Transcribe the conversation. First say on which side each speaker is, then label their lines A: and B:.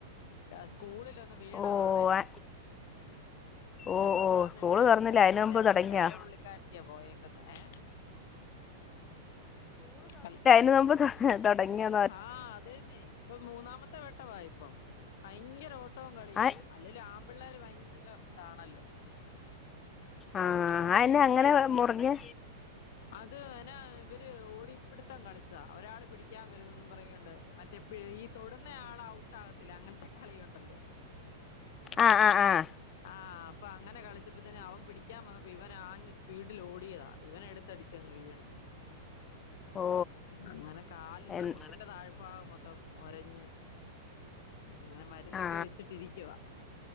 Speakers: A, on the left; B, on the left.
A: യാ സ്കൂളിലൊന്ന് വീണതാണേ.
B: ഓ ആ ഓ
A: അപ്പത്
B: ഓ
A: കാർണം
B: സ്കൂള്
A: ഇവിടെ
B: തുറന്നില്ല
A: ഉണ്ട്
B: അതിന്
A: മൂത്തയാള്
B: മുമ്പ് തുടങ്ങിയോ
A: എളെ പുള്ളിക്കാരത്തിയാ പോയേക്കുന്നെ ഏഹ് ക
B: നോമ്പ് തൊ ഹെ തൊടങ്ങിയേ
A: ആഹ് അതെന്നെ ഇപ്പൊ മൂന്നാമത്തെ വട്ടവാ ഇപ്പം ഭയങ്കര ഓട്ടവും കളിയാ.
B: ആ
A: അല്ലേലും ആമ്പിള്ളേര് ഭയങ്കര ഇതാണല്ലോ.
B: ആഹ്
A: അടങ്ങിയിരിക്കുകയല്ലല്ലോ
B: അയെന്നെ അങ്ങനെ മുറിഞ്ഞ്.
A: അത് നാ ഇവര് ഓടിപ്പിടുത്തം കളിച്ചെതാ ഒരാള് പിടി ക്കാൻ വരൂന്നും പറഞ്ഞിങ്ങോണ്ട് മറ്റേ പ്പി ഈ തൊടുന്ന ആള് ഔട്ടാകത്തില്ല അങ്ങനത്തെ കളിയുണ്ടല്ലോ.
B: ആഹ് ആഹ് ആഹ്
A: ആഹ് അപ്പൊ അങ്ങനെ കളിച്ചപ്പത്തേന് അവൻ പിടിക്കാൻ വന്നപ്പോ ഇവനാഞ്ഞ് സ്പീഡിലോഡിയതാ ഇവനെ എടുത്തടിച്ചങ്ങ് വീണ്.
B: ഓ
A: അങ്ങനെ. കാലിന്റെ
B: എൻ-
A: മുട്ടിന്റെ താഴ്ഭാഗം മൊത്തം ഒരഞ്ഞ് അങ്ങനെ മര് ന്നെക്കെ
B: ആ
A: വെച്ചിട്ടിരിക്കുവാ